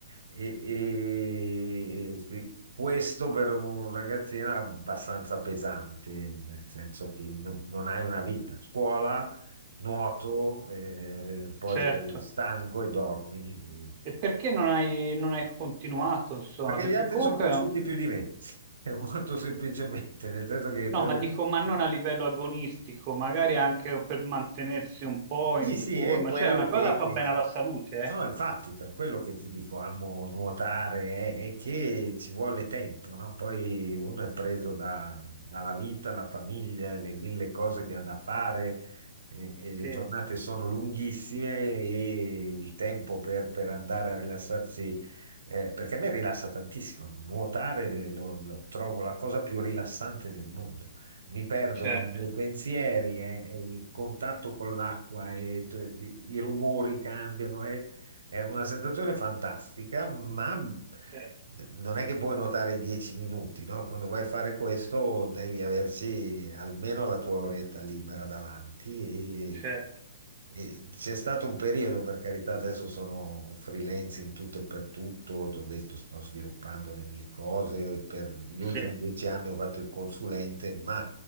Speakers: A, on the right; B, on the right.
A: E, e- e questo per un ragazzino è abbastanza pesante, nel senso che no- non hai una vita. Scuola, nuoto, eh, poi
B: certo.
A: sei stanco e dormi.
B: E perché non hai, non hai continuato, insomma?
A: Perché
B: Perché
A: gli altri
B: comunque...
A: sono cresciuti
B: è un-
A: più di me, <laughs> molto semplicemente, nel senso che ti
B: No,
A: ho
B: ma
A: detto,
B: dico, ma non a livello agonistico, magari anche per mantenersi un po'
A: sì,
B: in
A: sì,
B: forma.
A: è quello
B: Cioè, una
A: che...
B: cosa fa
A: che-
B: bene alla salute, eh?
A: No, no, infatti, per quello che ti dico, amo nuotare, è, è che ci vuole tempo, no? Poi uno è preso da- dalla vita, la famiglia, le mille cose che ha da fare, e, e
B: Sì,
A: le giornate sono lunghissime e il tempo per, per andare a rilassarsi, eh, perché a me rilassa tantissimo, nuotare lo, lo trovo la cosa più rilassante del mondo. Mi perdo
B: certo,
A: nei miei pensieri, eh, e il contatto con l'acqua, e t- i rumori cambiano. eh, è una sensazione fantastica, ma mhmm,
B: certo,
A: non è che puoi nuotare 10 minuti, no? Quando vai a fare questo devi averci almeno la tua oretta libera davanti e,
B: certo.
A: e c'è stato un periodo, per carità, adesso sono un freelance in tutto e per tutto, ti ho detto sto sviluppando le mie cose, per gli
B: Sì.
A: ultimi dieci anni ho fatto il consulente, ma